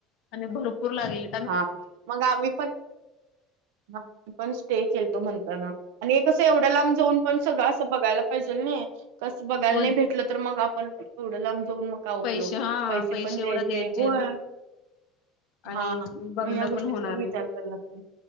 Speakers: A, on the left; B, on the right.
A: आणि भरपूर लागले.
B: हा मग आम्ही पण आपण स्टे केलतो म्हणताना, आणि हे कसं हाय एवढ्या लांब जाऊन पण सगळं असं बघायला पाहिजेल नाही कसं बघायला
A: हो
B: नाही भेटलं तर मग आपण एवढं लांब जाऊन मग का उपयोग?
A: पैसे हा
B: पैसे पण द्यायचे
A: एवढं
B: होय
A: आणि आणि
B: हा
A: बघणं
B: मग या गोष्टीचा
A: होणार
B: पण विचार
A: नाही
B: करायला लागतो